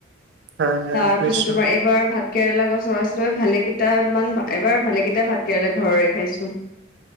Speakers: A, on the right (about 60°); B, on the left (about 45°).
A: হয় হয়
B: তাৰপিছত
A: বুজিছো
B: তোমাৰ এবাৰ ভাত কেৰেলা গছ ৰাইছিলো ভালে কেইটা মান এবাৰ ভালে কেইটা ভাত কেৰেলা ঘৰৰে খাইছো